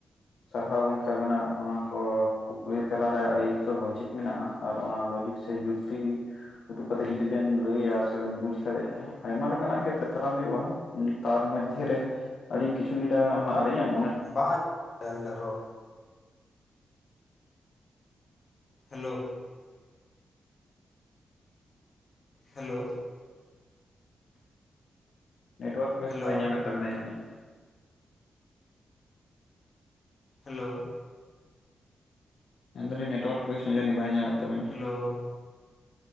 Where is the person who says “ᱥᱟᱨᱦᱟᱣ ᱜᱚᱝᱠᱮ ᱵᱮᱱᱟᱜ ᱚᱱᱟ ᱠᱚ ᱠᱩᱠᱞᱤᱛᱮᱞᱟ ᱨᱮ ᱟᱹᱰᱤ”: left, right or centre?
Left